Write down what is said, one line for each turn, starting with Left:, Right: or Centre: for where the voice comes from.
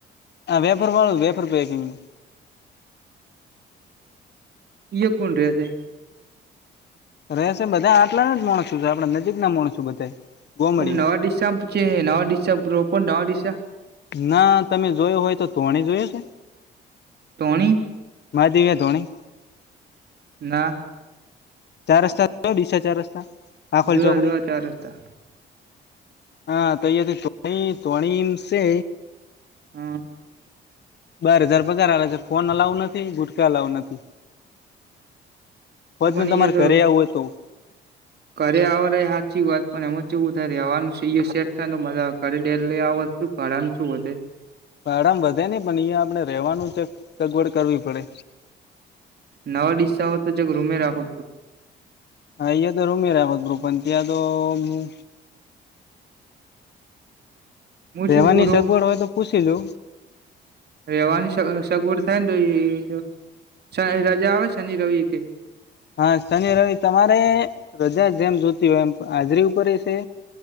Left: હા વેપર વાળું વેફર પેકિંગ નું.
Right: ય કોણ રેહ છે.
Left: રહેશે બધા આટલા ના જ માણસું છે આપડા નજીક ના માણસું બધા. ગોમડિયા
Right: ઓમ નવા દિશસા છે નવા દિશા પણ નવા દિશા.
Left: ના તમે જોયોું હોય તો તોણી જોયું છે.
Right: ટોણી.
Left: માજી ગ ધોણી.
Right: ના.
Left: ચાર રસ્તા ડીસા ચાર રસ્તા આખોલ
Right: જોયા
Left: ચોકડી.
Right: જોયા
Left: -'
Right: ચાર રસ્તા
Left: હા તો થી તણી સ <unintelligible>
Right: હા
Left: બાર હજાર પગાર આલે છે ફોન અલાઉ નથી ગુટકા અલાઉ નથી.
Right: તો
Left: હોજ
Right: પણ
Left: ન તમારે
Right: એ તો
Left: ઘરે આવું હતું.
Right: ઘરે આવય સાચી વાત પણ એમાં ચેવુ થાય રેવાનું સેટ થાય મા ઘરે ડેલી આવ છું. ભાડા શું વધે.
Left: ભાડમ વધે નહ પણ અહિયાયા આપડણે રેવાનું છે સગવડ કરવી પડે.
Right: નવા ડિસ્સા હો તો જ રૂમે રાખો.
Left: હા અહીયા તો રૂમી રાખોત બું પણ ત્યાં તો હું
Right: હું
Left: રહેવાની
Right: શું ગુરુ
Left: સગવડ હોય તો પૂછી લઉ
Right: રેવાની સગવડ થાય ને તો એ જાહેર રજા આવે શનિ રવિ એકે
Left: હા શનિ રવિ તમારે રજા જેમ જોતી હોય એમ હાજરી ઉપરે છે.